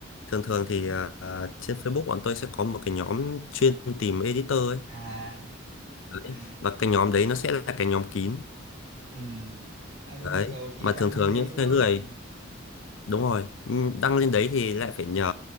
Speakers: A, on the left (about 70°); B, on the right (about 35°).
A: thường thường
B: Thế
A: thì
B: thì cứ
A: ờ, trên Facebook bọn tôi sẽ có một cái nhóm chuyên tìm editor ấy
B: à
A: Đấy.
B: à
A: Và cái nhóm đấy nó sẽ là cái nhóm kín
B: ừ. Ai có
A: đấy
B: nhu cầu thì
A: mà
B: đăng
A: thường
B: lên
A: thường
B: đấy
A: những
B: đúng
A: cái
B: không?
A: người
B: Ừ.
A: đúng rồi ừ, đăng lên đấy thì lại phải nhờ